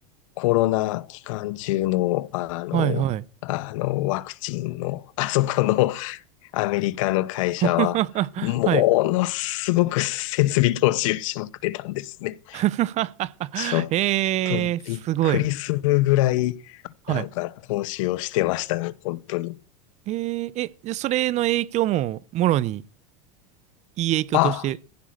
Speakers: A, on the left; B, on the right.
A: コロナ期間中の、あの、
B: はいはい。
A: あの、ワクチンの、<laughs> あそこの <laughs> アメリカの会社は、
B: <laughs>
A: ものすごく設備投資をしまくってたんですね。
B: はい。<laughs>
A: ちょっとびっくりするぐらい、
B: ええー、すごい。はい。
A: なんか投資をしてましたね、本当に。
B: えー、え、じゃあそれの影響ももろにいい影響として。
A: あ、